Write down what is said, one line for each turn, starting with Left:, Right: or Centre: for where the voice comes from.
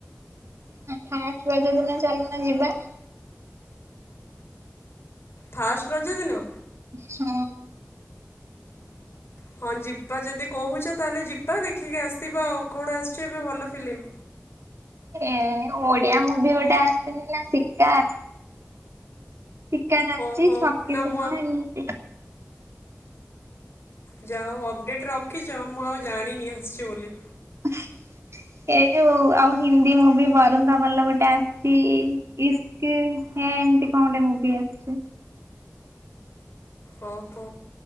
Right: ହଁ ଫାଷ୍ଟ ରଜ ଦିନ ଚାଲୁନ ଯିବା?
Left: ଫାଷ୍ଟ ରଜ ଦିନ।
Right: ସ।
Left: ହଁ ଯିବା ଯଦି କହୁଛ ତାହେଲେ ଯିବା ଦେଖିକି ଆସିବା ଆଉ କଣ ଆସିଛି ଏବେ ଭଲ ଫିଲ୍ମ।
Right: ଏ ଓଡିଆ ମୁଭି ଗୋଟେ ଆସିନି ନା ଶିକାର। ଶୀକାର ଆସିଛି
Left: ଓହୋ
Right: ଛକି
Left: ନା
Right: ସୁନ
Left: ମୁଁ
Right: ଏମିତି
Left: ଯାହା ହଉ ଅପଡ଼େଟ୍ ରଖିଛ ମୁଁ ଆଉ ଜାଣିନି ଆସିଛି ବୋଲି।
Right: <inaudible> ଏ ଯୋଉ ଆଉ ହିନ୍ଦୀ ମୁଭି ବରୁନ ଧବଲ ର ଗୋଟେ ଆସିଛି ଇସ୍କ୍। କି ହେଁ ଏମତି କଣ ଗୋଟେ ମୁଭି ଆସିଛି।
Left: ଓହୋ